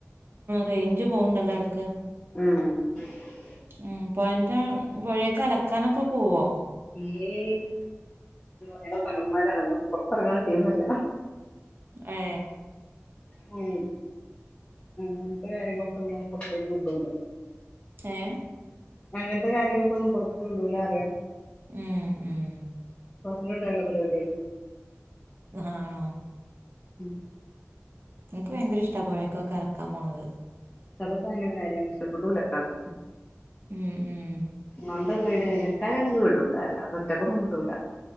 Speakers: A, on the right; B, on the left.
A: റൈഞ്ച് പോവ്ണ്ടല്ലോ എടക്ക്
B: ഉം
A: ഉം പൊയന്റെ പുഴേക്ക് അലക്കാനൊക്കെ പോവോ
B: ഏ <unintelligible> ഞങ്ങള് തങ്ങന്മാരാണ് ഞങ്ങള് പൊറ് പറഞ്ഞാൽ തീ വര്ല
A: ഏ
B: ഉം ആ <unintelligible> പെണ്ണ്ങ്ങളെ പൊറത്തേക്ക് വിടൂല
A: ഏ
B: അങ്ങനത്തെ കാര്യങ്ങൊക്കൊന്നും പുറത്ത് വിടൂല അറിയാ
A: ഉം ഉം
B: <unintelligible> ണ്ടുള്ള പരിപാടിയാരുന്നു
A: ആണോ
B: ഉം
A: എനിക്ക് ഭയങ്കര ഇഷ്ടാ പൊഴേക്കൊക്കെ അലക്കാം പോണത്
B: അതൊക്കെ ഭയങ്കര കാര്യാണ് ഇഷ്ടപ്പെടൂല ക്കാക്ക്
A: ഉം ഉം
B: സ്വന്തം വീട് നിനക്കാനണെങ്കി വീടൂട്ടോ അല്ലാതെ ഒറ്റക്കൊന്നും വ്ടൂല